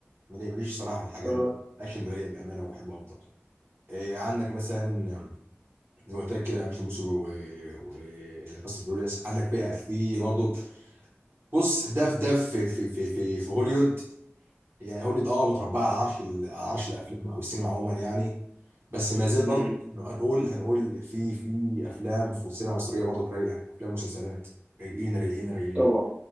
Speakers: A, on the right; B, on the right.
A: مالي- ماليش الصراحه في الحاجات
B: اه
A: دي الاكشن ده ليا بامانه وبحبه افضل إيه، عندك مثلا زي ما قلت لك كده مش موسو وفاست فيوريوس عندك في في برضه بص ده في ده في في في في, في هوليوود يعني هوليوود اه متربعه على عرش ال- على عرش الافلام او السينما عموما يعني بس ما زال
B: امم
A: برضه هنقول هنقول في في افلام في السينما المصريه برضه رايقه افلام ومسلسلات رايقين رايقين رايقين
B: طبعا